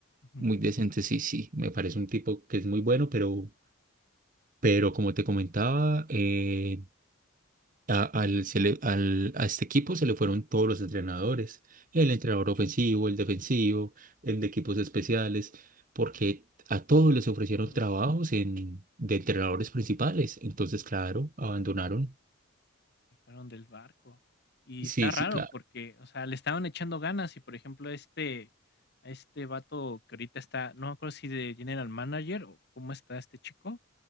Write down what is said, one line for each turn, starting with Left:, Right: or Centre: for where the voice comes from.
Left: ujú.
Right: muy decente, sí, sí, me parece un tipo que es muy bueno, pero, pero como te comentaba, eh, a, al- se le- al- a este equipo se le fueron todos los entrenadores, el entrenador ofensivo, el defensivo, el de equipos especiales, porque a
Left: No,
Right: todos les ofrecieron
Left: todos
Right: trabajos en, de entrenadores principales. Entonces, claro, abandonaron.
Left: se fueron del barco. Y
Right: Sí,
Left: está raro
Right: sí, claro.
Left: porque, o sea, le estaban echando ganas y, por ejemplo, este a este vato que ahorita está, no me acuerdo si de general manager o cómo está este chico.